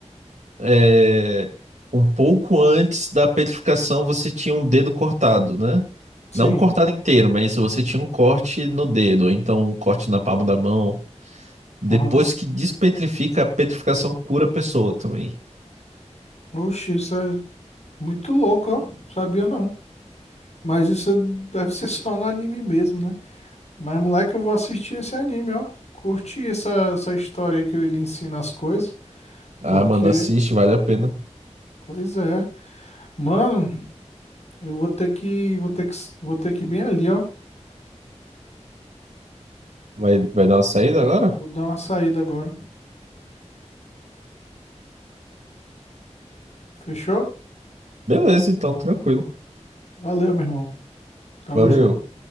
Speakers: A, on the right; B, on the left.
A: é, um pouco antes da petrificação você tinha um dedo cortado, né?
B: Sim.
A: Não cortado inteiro, mas se você tinha um corte no dedo, ou então um corte na palma da mão, depois
B: Aham.
A: que despetrifica, a petrificação cura a pessoa também.
B: Oxi, isso é muito louco, ó. Sabia não. Mas isso deve ser só no anime mesmo, né? Mas, moleque, eu vou assistir esse anime, ó. Curti essa, essa história aí que ele ensina as coisas,
A: Ah,
B: porque,
A: mano, assiste, vale a pena.
B: pois é. Mano, eu vou ter que, vou ter que, vou ter que ir bem ali, ó.
A: Vai, vai dar uma saída agora?
B: Vou dar uma saída agora. Fechou?
A: Beleza, então, tranquilo.
B: Valeu, meu irmão. Tamo
A: Valeu.
B: junto.